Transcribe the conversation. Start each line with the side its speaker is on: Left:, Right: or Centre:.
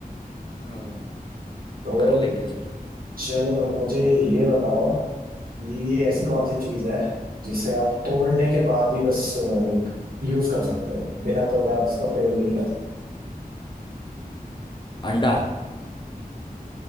Left: हाँ,
Right: तो
Left: कर लेंगे चलो
Right: चलो फिर मुझे ये बताओ ये ऐसी
Left: हम्म,
Right: कौन सी चीज है जिसे आप तोड़ने के बाद भी बस लाइक यूज कर सकते हैं बिना तोड़े आप उसका प्रयोग ही नहीं कर सकते
Left: अंडा